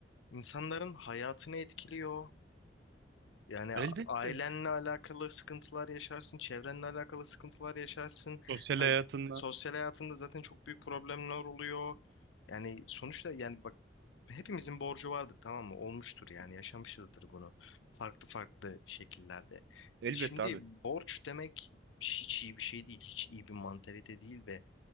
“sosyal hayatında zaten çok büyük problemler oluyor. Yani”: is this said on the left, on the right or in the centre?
Left